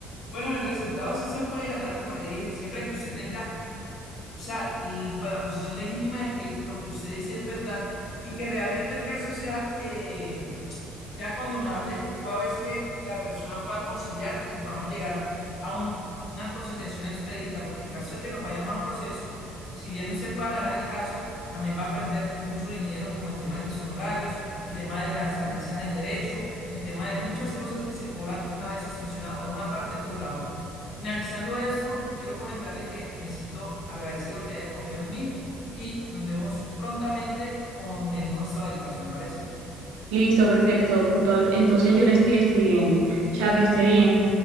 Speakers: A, on the left; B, on the right.
A: Bueno, en resultados sí se puede ganar, como le dije, siempre que usted tenga O sea, l- pues, la posición legítima de que lo que usted dice es verdad y que realmente el caso sea, eh, sea condonable toda vez que la persona pueda conciliar y podamos llegar a un- una conciliación expedita, porque en caso de que nos vayamos a proceso, si bien usted pueda ganar el caso, también va a perder mucho dinero, como el tema de mis honorarios, el tema de las agencias en derecho, el tema de muchas cosas que se cobran una vez se sanciona a una parte o la otra. Finalizando eso, quiero comentarle que me siento agradecido que haya confiado en mí y nos vemos prontamente con el nuevo estado del caso, ¿le parece?
B: Listo, perfecto. Doctor. Entonces yo le estoy escribiendo. Chao, que esté bien.